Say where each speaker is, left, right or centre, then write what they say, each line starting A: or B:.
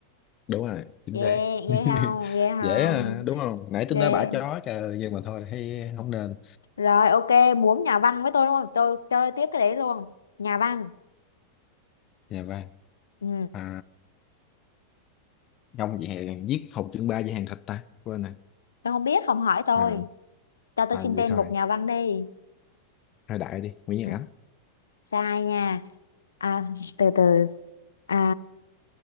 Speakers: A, on the left (about 35°); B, on the left (about 70°).
A: đúng rồi chính
B: Ghê,
A: xác <laughs>
B: ghê không, ghê không,
A: dễ à, đúng không nãy
B: ghê.
A: tôi nói bả chó trời nhưng mà thôi thấy không nên
B: Rồi, ok, muốn nhà văn với tôi đúng không? Tôi chơi tiếp cái đấy luôn. Nhà văn.
A: nhà văn
B: Ừ.
A: à, không vậy hè giết Hồng Chương Ba về hàng thịt ta quên nè
B: Tôi không biết, không hỏi tôi.
A: à,
B: Cho tôi
A: à
B: xin
A: vậy
B: tên
A: thôi
B: một nhà văn đi.
A: thôi đại đi Nguyễn Nhật
B: Ừ,
A: Ánh
B: Sai nha. À, từ từ. À,